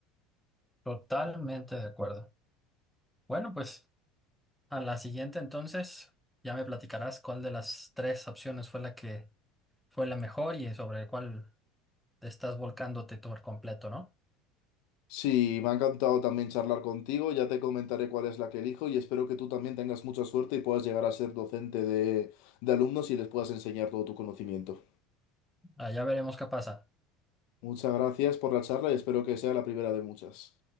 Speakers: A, in the centre; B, on the left.
A: Totalmente de acuerdo. Bueno, pues a la siguiente entonces ya me platicarás cuál de las tres opciones fue la que fue la mejor y sobre el cual te estás volcándote por completo, ¿no?
B: Sí, me ha encantado también charlar contigo, ya te comentaré cuál es la que elijo y espero que tú también tengas mucha suerte y puedas llegar a ser docente de, de alumnos y les puedas enseñar todo tu conocimiento.
A: Ah, ya veremos qué pasa.
B: Muchas gracias por la charla y espero que sea la primera de muchas.